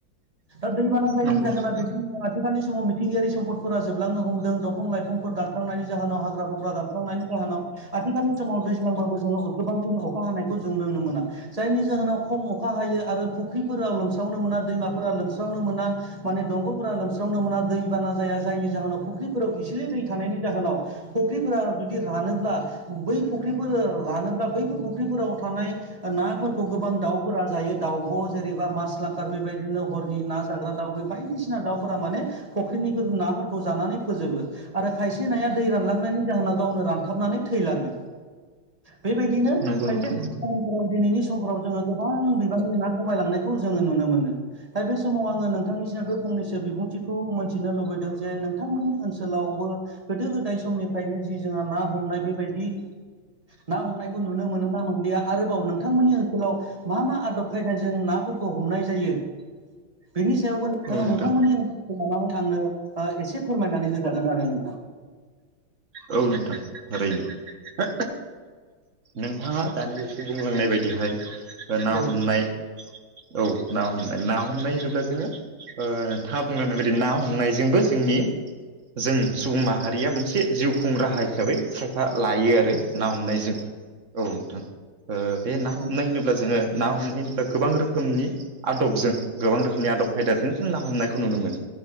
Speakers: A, on the right; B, on the right.
A: दा दैबाना जायैनि
B: नंगौ
A: जाहोना
B: नोंथां
A: आथिखालनि समाव मिथिंगायारि सम्पदफोरा जोबलांनो हमदों दंफां लाइफां फोर दानस्रांनायनि जाहोनाव हाग्रा बंग्रा दानस्रांनायनि जाहोनाव। आथिखालनि समाव दैज्लांबाबो जोङो गोबांखिनि अखा हानायखौ जों नुनो मोना। जायनि जाहोनाव खम अखा हायो आरो फुख्रिफोराव लोमस्रावनो मोना दैमाफोरा लोमस्रावनो मोना। माने दंग'फोरा लोमस्रावनो मोना दै बाना जाया जायनि जाहोनाव फुख्रिफोराव इसेलै दै थानायनि जाहोनाव फुख्रिफोरा जुदि रानोब्ला बै फुख्रिफोर रानोब्ला बैफोर फुख्रिफोराव थानाय नाफोरखौ गोबां दाउफोरा जायो दाउब' जेरैबा मास लांखार बेबायदिनो हरनि ना जाग्रा दाउ बे बायदिसिना दाउफोरा माने फुख्रिनि नाफोरखौ जानानै फोजोबो। आरो खायसे नाया दै रानलांनायनि जाहोनाव गावनो रानथाबनानै थैलाङो। बेबायदिनो
B: नंगौ
A: फायथि
B: नोंथां
A: खफोराव
B: नंगौ
A: दिनैनि समफोराव जोङो गोबां बिबांनि ना खमायलांनायखौ जोङो नुनो मोनो। दा बे समाव आङो नोंथांनिसिम बे फंनैसो बिबुंथिखौ मोनथिनो लुबैदों जे नोंथांमोननि ओनसोलावबो गोदो गोदाय समनिफ्रायनो जि जोंहा ना हमनाय बेबायदि ना हमनायखौ नुनो मोनो ना मोनलिया आरोबाव नोंथांमोननि ओनसोलाव मा मा आदब खायदाजों नाफोरखौ हमनाय जायो बेनि सायावबो नोंथाङा
B: औ नोंथां
A: नोंथांमोननि ओन लानानै आंनो ओ एसे फोरमायनानै होजागोन आरो नोंथां
B: औ नोंथां थारैनो नोंथाङा दानि बावैसो बुंलांनाय बायदिहाय ओ ना
A: औ
B: हमनाय औ ना हमनाय ना हमनाय होनोब्ला जोङो ओ नोंथाङा बुंलांनाय बायदि ना हमनायजोंबो जोंनि जों सुबुं माहारिया मोनसे जिउ खुं राहा हिसाबै फा लायो आरो ना हमनायजों औ नोंथां ओ बे ना
A: औ
B: हमनाय होनोब्ला जोङो ना हमनायनिबा गोबां रोखोमनि आदबजों गोबां रोखोमनि आदब आयदाजों जों ना हमनायखौ नुनो मोनो